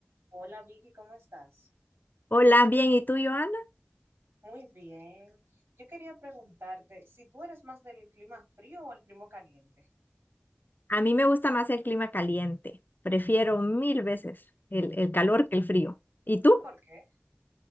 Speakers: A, on the right (about 75°); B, on the left (about 50°).
A: Hola Vicky, ¿cómo estás?
B: Hola, bien, ¿y tú, Joana?
A: Muy bien. Yo quería preguntarte si tú eres más del clima frío o el clima caliente.
B: A mí me gusta más el clima caliente. Prefiero mil veces el, el
A: ¿Y,
B: calor que el frío. ¿Y tú?
A: y por qué?